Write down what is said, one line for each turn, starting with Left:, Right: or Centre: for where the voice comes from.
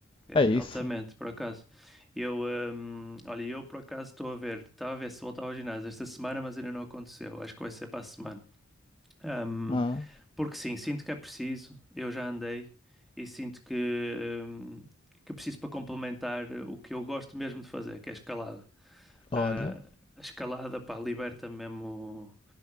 Centre: que É
Left: é isso.
Centre: altamente, por acaso. Eu, hum, olha, eu por acaso estou a ver, estava a ver se voltava ao ginásio esta semana, mas ainda não aconteceu. Acho que vai ser para a semana. Hum,
Left: Ah,
Centre: porque sim, sinto que é preciso. Eu já andei e sinto que, hum, que preciso para complementar o que eu gosto mesmo de fazer, que é escalada.
Left: olha.
Centre: Ah, a escalada, pá, liberta mesmo,